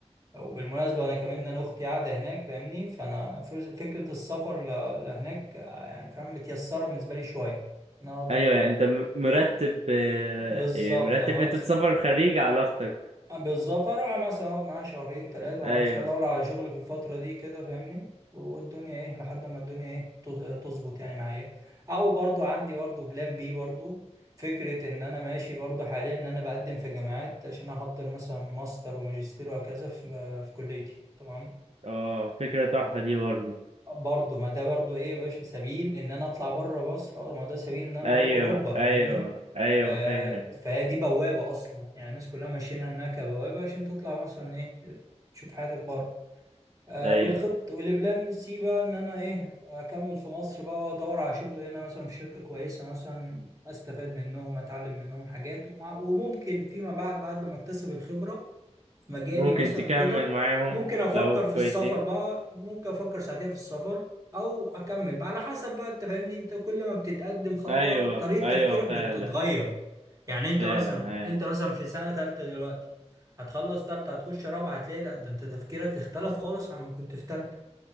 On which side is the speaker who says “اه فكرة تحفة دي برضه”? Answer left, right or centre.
Right